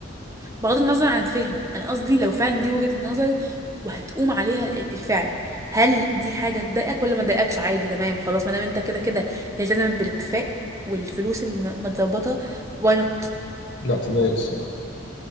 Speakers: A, on the right; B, on the left.
A: بغض النظر عن الفهم انا قصدي لو فعلا دي وجهه النظر وهتقوم عليها ال- ال- الفعل هل دي حاجه تضايقك ولا ما تضايقكش عادي تمام خلاص ما دام انت كده كده هي التزمت بالاتفاق والفلوس الم- متظبطه واي نوت
B: لا تضايق الصراحة